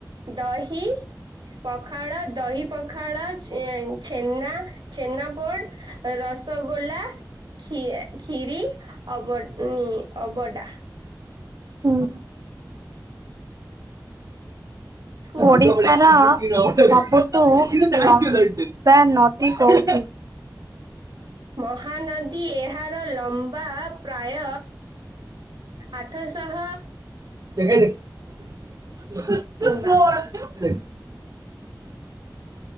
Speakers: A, on the right (about 80°); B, on the right (about 50°).
A: ଦହି ପଖାଳ ଦହି ପଖାଳ ଛେନା ଛେନା ପୋଡ଼ ରସଗୋଲା ଖି ଖୀରୀ ଅବ ଅବଡା।
B: ହୁଁ।
A: କୁହ।
B: ଓଡ଼ିଶାର ସବୁଠୁ ଲମ୍ବା ନଦୀ କଉଠି?
A: ମହାନଦୀ ଏହାର ଲମ୍ବା ପ୍ରାୟ ଆଠଶହ
B: <unintelligible>
A: କିମ୍ବା।